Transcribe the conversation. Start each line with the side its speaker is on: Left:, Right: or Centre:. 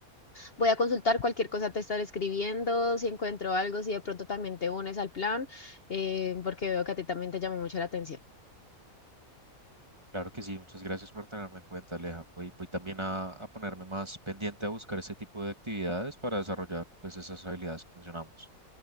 Left: voy a consultar cualquier cosa te estaré escribiendo, si encuentro algo, si de pronto también te unes al plan, eh, porque veo que a ti también te llamó mucho la atención.
Right: Claro que sí, muchas gracias por tenerme en cuenta, Aleja. Voy, voy también a, a ponerme más pendiente a buscar ese tipo de actividades para desarrollar pues, esas habilidades que mencionamos.